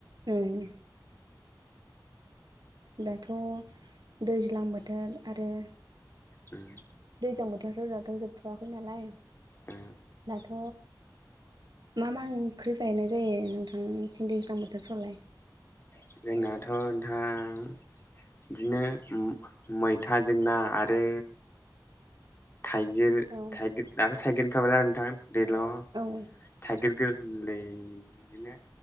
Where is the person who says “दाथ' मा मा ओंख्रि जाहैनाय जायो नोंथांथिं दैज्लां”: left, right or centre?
Right